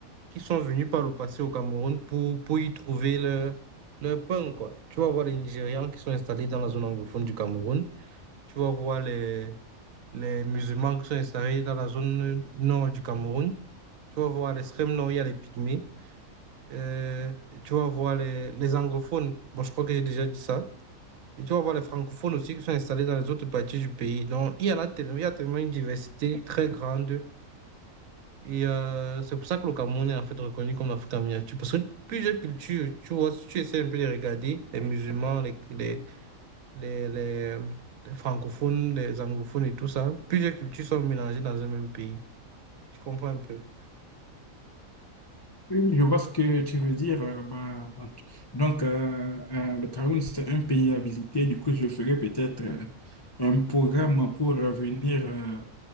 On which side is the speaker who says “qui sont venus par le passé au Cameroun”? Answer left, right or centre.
Right